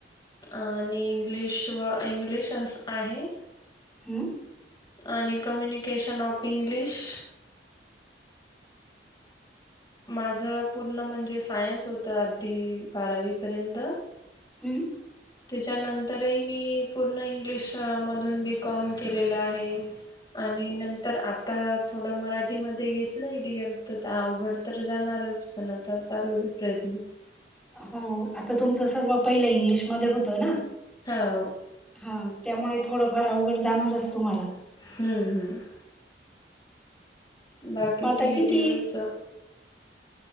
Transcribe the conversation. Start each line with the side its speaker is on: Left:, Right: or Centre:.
Left: आणि इंग्लिश व इंग्लिशस् आहे.
Centre: हं,
Left: आणि कम्युनिकेशन ऑफ इंग्लिश माझं पूर्ण म्हणजे सायन्स होतं, आधी बारावी पर्यंत.
Centre: हम्म,
Left: त्याच्यानंतर ही मी पूर्ण इंग्लिश मधून बी. कॉम केलेलं आहे. आणि नंतर आत्ता थोडं मराठीमध्ये घेतलंय डि एड तर ते अवघड तर जाणारच पण आता चालूये प्रयत्न.
Centre: हो, आता तुमचं सर्व पहिल इंग्लिश मध्ये होतं ना.
Left: हो.
Centre: हा, त्यामुळे थोडंफार अवघड जाणारच तुम्हाला.
Left: हम्म- हम्म, बाकी
Centre: मग आता
Left: टी ये
Centre: किती
Left: टी व्ही च